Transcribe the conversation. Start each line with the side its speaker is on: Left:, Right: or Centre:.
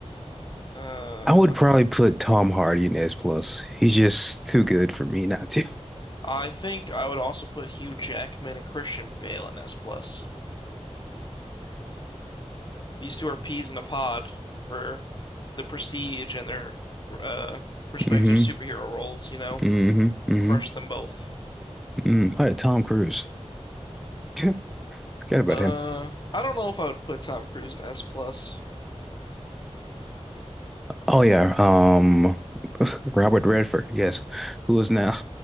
Left: Uh,
Centre: I would probably put Tom Hardy in S plus. He's just too good for me not to.
Left: I think I would also put Hugh Jackman and Christian Bale in S plus. These two are peas in a pod for the prestige and their uh, respective
Centre: hmm
Left: superhero roles, you know?
Centre: hmm hmm
Left: Crush them both.
Centre: mm Oh yeah, Tom Cruise. <laughs> Forget about
Left: Uh,
Centre: him.
Left: I don't know if I would put Tom Cruise in S plus,
Centre: Oh yeah, um, Robert Redford. Yes, who is now?